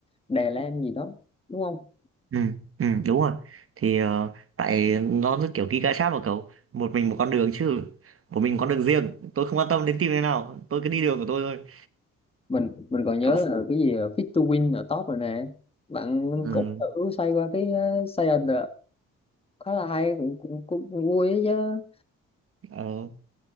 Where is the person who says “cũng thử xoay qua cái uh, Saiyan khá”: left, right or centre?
Left